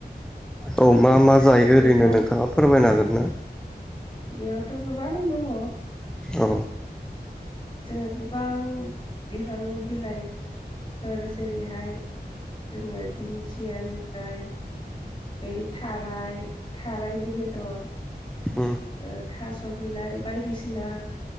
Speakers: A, in the centre; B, on the left.
A: औ मा मा जायो
B: बेखौ
A: ओरैनो नोंथाङा फोरमायनो हागोन ना?
B: बेयावथ' गोबां दङ।
A: औ
B: जोङो गोबां बिफांनि बिलाइ फोर जेरैहाय जोङो दिंखियानिफाय बे थाराय-थारायनि बेदर
A: उम
B: ओ थास' बिलाइ बायदिसिना,